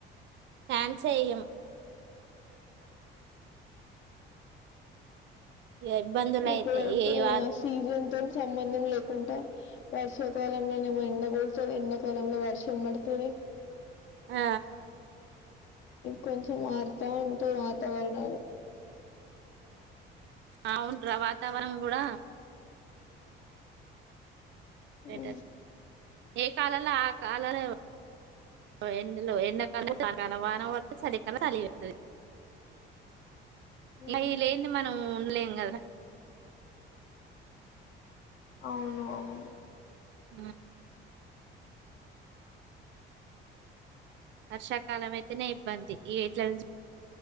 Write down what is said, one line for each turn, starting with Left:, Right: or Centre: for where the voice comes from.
Right: ఫ్యాన్స్ వెయ్యం ఇగ ఇబ్బందులు
Left: ఇప్పుడు
Right: అయితాయి
Left: అయితే
Right: ఏ
Left: అయ
Right: వాత
Left: సీజన్ సంబంధం లేకుండా వర్షాకాలంలోనేమ ఎండగడుతుంది ఎండాకాలంలో వర్షం పడుతుంది
Right: ఆ
Left: కొంచెం ఆడుతా ఉంటా వాతావరణాలు
Right: అవుంట్రా వాతావరణం కూడా బెటర్
Left: ఓ
Right: ఏ కాలంలో ఆ కాలంలో ఎలో ఎండాకాల చాల వాన వ చలికాల చలిపోతుంది
Left: ఉమ్,
Right: అవి లేని మనం ఉండలేము కదరా
Left: అవును అవును
Right: ఆ వర్షాకాలం అయితేనే ఇబ్బంది ఈ ఎట్ల ను